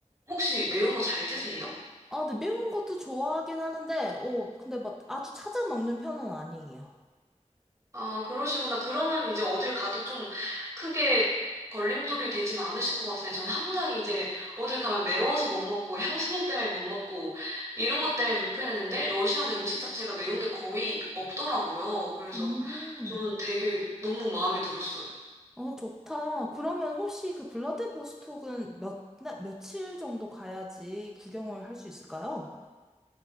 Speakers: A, on the right (about 25°); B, in the centre.
A: 혹시 매운 거 잘 드세요?
B: 아, 근데 매운 것도 좋아하긴 하는데, 어, 근데 막 아주 찾아 먹는 편은 아니에요.
A: 아, 그러시구나. 그러면 이제 어딜 가도 좀 크게 걸림돌이 되진 않으실 것 같은데, 저는 항상 이제 어딜 가면 매워서 못 먹고, 향신료 때문에 못 먹고, 이런 것 때문에 불편했는데, 러시아는 음식 자체가 매운 게 거의 없더라고요. 그래서
B: 음,
A: 저는 되게 너무 마음에 들었어요.
B: 어, 좋다. 그러면 혹시 그 블라디보스톡은 몇, 날, 며칠 정도 가야지 구경을 할 수 있을까요?